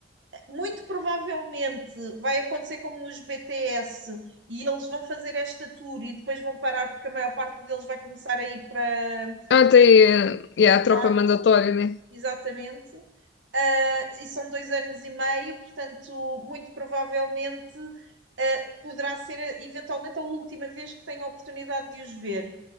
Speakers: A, on the right; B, on the left.
A: muito provavelmente vai acontecer como os BTS e eles vão fazer esta tour e depois vão parar porque a maior parte deles vai começar a ir para
B: até eh,
A: militar,
B: yeah, a tropa mandatória, né?
A: exatamente. Uh, e são dois anos e meio, portanto, muito provavelmente uh, poderá ser eventualmente a última vez que tenho a oportunidade de os ver.